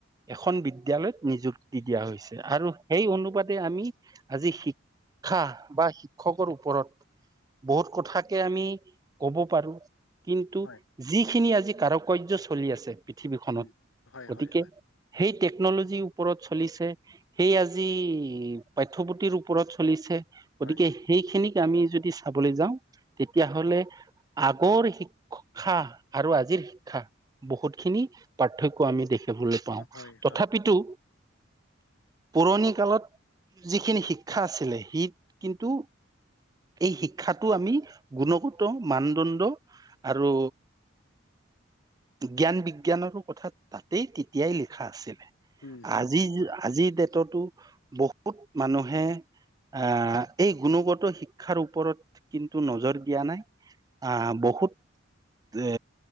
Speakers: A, on the right (about 20°); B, on the left (about 80°).
A: এখন বিদ্যয়ালয়ত নিযুক্তি দিয়া হৈছে আৰু সেই অনুপাতে আমি আজি শিক্ষা বা শিক্ষকৰ ওপৰত বহুত কথাকে আমি কব পাৰো। কিন্তু
B: হয়
A: যিখিনি আজি কাৰকাৰ্য চলি আছে পৃথিৱীখনত
B: উম, হয়,
A: গতিকে
B: হয়, হয়,
A: সেই টেকন'লজি ওপৰত চলিছে, সেই আজি পাঠ্যপুথিৰ ওপৰত চলিছে। গতিকে
B: হয়,
A: সেইখিনিক আমি যদি চাবলৈ যাওঁ তেতিয়া হ'লে আগৰ শিক্ষক শিক্ষা আৰু আজিৰ শিক্ষা বহুতখিনি পাৰ্থক্য আমি দেখি বলৈ পাওঁ
B: হয়,
A: তথাপিতো
B: হয়,
A: পুৰণি কালত যিখিনি শিক্ষা আছিলে সি কিন্তু এই শিক্ষাটো আমি গুণগত মানদণ্ড আৰু জ্ঞান বিজ্ঞানৰো কথা তাতেই তেতিয়াই লিখা আছিলে।
B: উম, হুম,
A: আজি
B: হুম, হয়।
A: আজিৰ ডেটতো বহুত মানুহে আ এই গুণগত শিক্ষাৰ ওপৰত কিন্তু নজৰ দিয়া নাই। আ বহুত এ